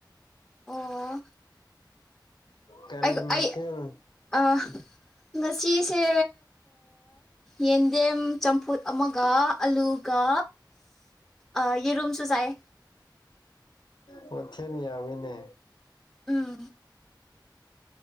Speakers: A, in the centre; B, on the left (about 75°).
A: ꯑꯣ
B: ꯀꯔꯤ
A: ꯑꯩ
B: ꯃꯊꯦꯜ
A: ꯑꯩ ꯑꯥ ꯉꯁꯤꯁꯦ ꯌꯦꯟꯗꯦꯝ ꯆꯝꯐꯨꯠ ꯑꯃꯒ ꯑꯂꯨ ꯀꯥ ꯑꯥ ꯌꯦꯔꯨꯝꯝꯁꯨꯁꯥꯏ
B: ꯑꯣꯆꯦꯅꯤ ꯌꯥꯃꯤꯅꯦ
A: ꯎꯝ